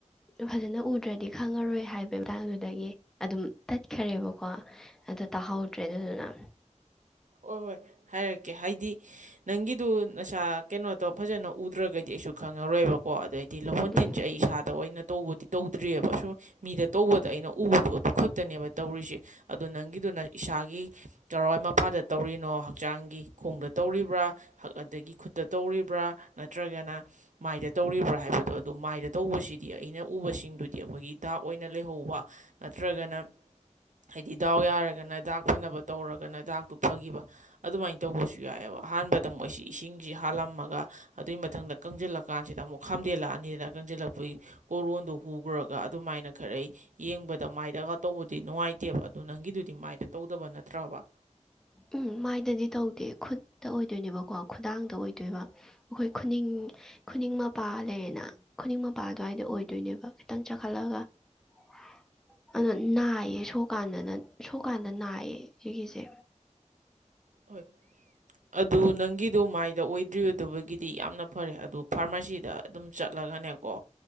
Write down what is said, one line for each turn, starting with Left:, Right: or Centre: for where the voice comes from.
Centre: ꯐꯖꯅ ꯎꯗ꯭ꯔꯗꯤ ꯈꯪꯉꯔꯣꯏ ꯍꯥꯏꯕ ꯃꯇꯥꯡꯗꯨꯗꯒꯤ ꯑꯗꯨꯝ ꯇꯠꯈꯔꯦꯕꯀꯣ ꯑꯗꯨ ꯇꯥꯍꯧꯗ꯭ꯔꯦ ꯑꯗꯨꯗꯨꯅ
Right: ꯍꯣꯏ ꯍꯣꯏ ꯍꯥꯏꯔꯛꯀꯦ ꯍꯥꯏꯗꯤ ꯅꯪꯒꯤꯗꯨ ꯅꯁꯥ ꯀꯩꯅꯣ ꯇꯣ ꯐꯖꯅ ꯎꯗ꯭ꯔꯒꯗꯤ ꯑꯩꯁꯨ ꯈꯪꯉꯔꯣꯏꯕꯀꯣ ꯑꯗꯩꯗꯤ ꯂꯍꯣꯟ ꯇꯤꯟꯁꯦ
Centre: ꯎꯝ
Right: ꯑꯩ ꯏꯁꯥꯗ ꯑꯣꯏꯅ ꯇꯧꯕꯗꯤ ꯇꯧꯗ꯭ꯔꯤꯑꯕ ꯑꯁꯨꯝ ꯃꯤꯗ ꯇꯧꯕꯗ ꯑꯩꯅ ꯎꯕꯗꯣ ꯑꯗꯨ ꯈꯛꯇꯅꯦꯕ ꯇꯧꯔꯤꯁꯦ ꯑꯗꯣ ꯅꯪꯒꯤꯗ ꯑꯗꯨꯅ ꯏꯁꯥꯒꯤ ꯀꯔꯋꯥꯏ ꯃꯄꯥꯗ ꯇꯧꯔꯤꯅꯣ ꯍꯛꯆꯥꯡꯒꯤ ꯈꯣꯡꯗ ꯇꯧꯔꯤꯕ꯭ꯔꯥ ꯑꯗꯒꯤ ꯈꯨꯠꯇ ꯇꯧꯔꯤꯕ꯭ꯔꯥ ꯅꯠꯇ꯭ꯔꯒꯅ ꯃꯥꯏꯗ ꯇꯧꯔꯤꯕ꯭ꯔꯥ ꯍꯥꯏꯕꯗꯣ ꯑꯗꯣ ꯃꯥꯏꯗ ꯇꯧꯕꯁꯤꯗꯤ ꯑꯩꯅ ꯎꯕꯁꯤꯡꯗꯨꯗꯤ ꯑꯩꯈꯣꯏꯒꯤ ꯏꯇꯥꯛ ꯑꯣꯏꯅ ꯂꯩꯍꯧꯕ ꯅꯠꯇ꯭ꯔꯒꯅ ꯍꯥꯏꯗꯤ ꯗꯥꯎ ꯌꯥꯔꯒꯅ ꯗꯥꯛ ꯐꯅꯕ ꯇꯧꯔꯒꯅ ꯗꯥꯛꯇꯨ ꯐꯈꯤꯕ ꯑꯗꯨꯃꯥꯏꯅ ꯇꯧꯕꯁꯨ ꯌꯥꯏꯑꯕ ꯑꯍꯥꯟꯕꯗ ꯃꯣꯏꯁꯤ ꯏꯁꯤꯡꯁꯤ ꯍꯥꯜꯂꯝꯃꯒ ꯑꯗꯨꯏ ꯃꯊꯗ ꯀꯪꯁꯤꯜꯂꯛꯀꯥꯟꯁꯤꯗ ꯑꯃꯨꯛ ꯈꯥꯝꯗꯦꯜꯂꯛꯑꯅꯤꯅ ꯀꯪꯁꯤꯜꯂꯛꯄ ꯑꯩꯈꯣꯏ ꯀꯣꯔꯣꯟꯗꯣ ꯍꯨꯈ꯭ꯔꯒ ꯑꯗꯨꯃꯥꯏꯅ ꯈꯔ ꯌꯦꯡꯕꯗ ꯃꯥꯏꯗꯒ ꯇꯧꯕꯗꯤ ꯅꯨꯡꯉꯥꯏꯇꯦ ꯅꯠꯇꯦꯕ ꯑꯗꯨ ꯅꯪꯒꯤꯗꯨꯗꯤ ꯃꯥꯏꯗ ꯇꯧꯗꯕ ꯅꯠꯇ꯭ꯔꯕ
Centre: ꯎꯝ ꯃꯥꯏꯗꯗꯤ ꯇꯧꯗꯦ ꯈꯨꯠꯇ ꯑꯣꯏꯗꯣꯏꯅꯦꯕꯀꯣ ꯈꯨꯗꯥꯡꯗ ꯑꯣꯏꯗꯣꯏꯕ ꯑꯩꯈꯣꯏ ꯈꯨꯅꯤꯡ ꯈꯨꯅꯤꯡ ꯃꯄꯥ ꯂꯩꯌꯦꯅ ꯈꯨꯅꯤꯡ ꯃꯄꯥ ꯑꯗꯨꯋꯥꯏꯗ ꯑꯣꯏꯗꯣꯏꯅꯦꯕ ꯈꯤꯇꯪ ꯆꯈꯠꯂꯒ ꯍ ꯑꯗꯣ ꯅꯥꯏꯌꯦ ꯁꯣꯀꯥꯟꯗꯅ ꯁꯣꯀꯥꯟꯗ ꯅꯥꯏꯌꯦ ꯁꯤꯒꯤꯁꯦ
Right: ꯍꯣꯏ ꯑꯗꯨ ꯅꯪꯒꯤꯗꯣ ꯃꯥꯏꯗ ꯑꯣꯏꯗ꯭ꯔꯤꯗꯕꯒꯤꯗꯤ ꯌꯥꯝꯅ ꯐꯔꯦ ꯑꯗꯣ ꯐꯥꯔꯃꯥꯁꯤꯗ ꯑꯗꯨꯝ ꯆꯠꯂꯒꯅꯦꯀꯣ